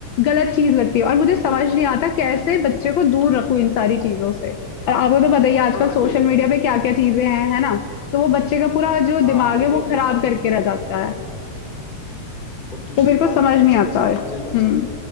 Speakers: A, on the left; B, on the left.
A: गलत चीज लगती है और मुझे समझ नहीं आता कैसे बच्चे को दूर रखूं इन सारी चीजों से और आपको तो पता ही है, आजकल
B: हाँ नहीं
A: सोशल मीडिया पे
B: ये-
A: क्या क्या चीजें हैं है ना तो वो बच्चे का पूरा जो
B: हाँ
A: दिमाग
B: और
A: है वो
B: नहीं
A: खराब
B: वो
A: करके रह जाता है
B: और दूसरी
A: तो मेरे को
B: बात
A: समझ
B: बच्चे
A: नहीं आता
B: का इसका
A: है
B: एक चीज नुकसान
A: हम्म